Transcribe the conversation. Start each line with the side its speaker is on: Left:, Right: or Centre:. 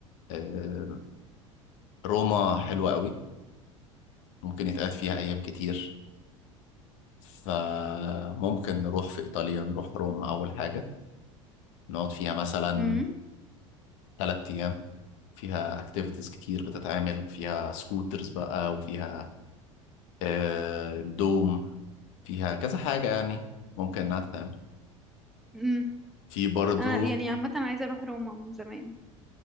Left: آه، روما حلوه قوي ممكن يتقعد فيها ايام كتير فممكن نروح في ايطاليا نروح روما اول حاجه نقعد فيها مثلا
Centre: امم
Left: ثلاث ايام فيها اكتيفيتيز كتير بتتعمل فيها سكوترز بقى وفيها آه، دوم فيها كذا حاجه يعني ممكن انها تتعمل
Centre: امم
Left: في برضو
Centre: انا يعني عامة عايزة اروح روما من زمان